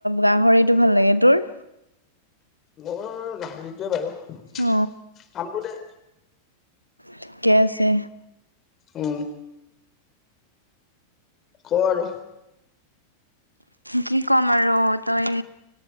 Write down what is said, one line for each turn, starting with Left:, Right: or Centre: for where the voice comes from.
Right: গাহৰিটো ভাল লাগে। তোৰ?
Left: মোৰ গাহৰিটোৱে বাৰু। কামটো
Right: অ
Left: দে
Right: ঠিকে আছে।
Left: উম। ক আৰু?
Right: কি ক'ম আৰু, তই